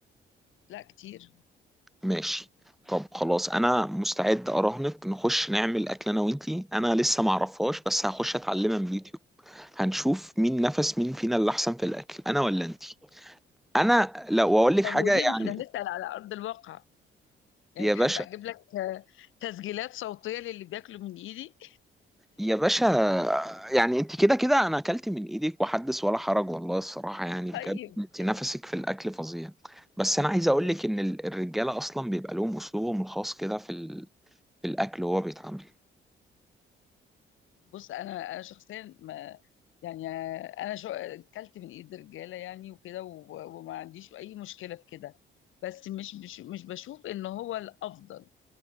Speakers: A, on the left; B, in the centre.
A: لا كتير
B: ماشي طب خلاص انا مستعد اراهنك نخش نعمل اكل انا وانتي انا لسه ما اعرفهاش بس هخش اتعلمها من اليوتيوب هنشوف مين نفس مين فينا اللي احسن في الاكل انا ولا انتي انا لو اقول لك
A: طب
B: حاجه
A: وليه
B: يعني
A: ما احنا نسأل على ارض الواقع يعني
B: يا
A: تحب
B: باشا
A: اجيب لك آه، تسجيلات صوتية للي بياكلوا من ايدي
B: يا باشا يعني انت كده كده انا اكلت من ايدك وحدث ولا حرج والله الصراحه يعني بجد
A: <laughs>
B: انت نفسك في الاكل فظيع بس انا عايز
A: طيب
B: اقول لك ان ال- الرجاله اصلا بيبقى لهم اسلوبهم الخاص كده في ال... في الاكل وهو بيتعامل
A: بص انا انا شخصيا ما يعني انا شو اكلت من ايد رجاله يعني وكده و- وما عنديش اي مشكله في كده بس مش مش مش بشوف ان هو الافضل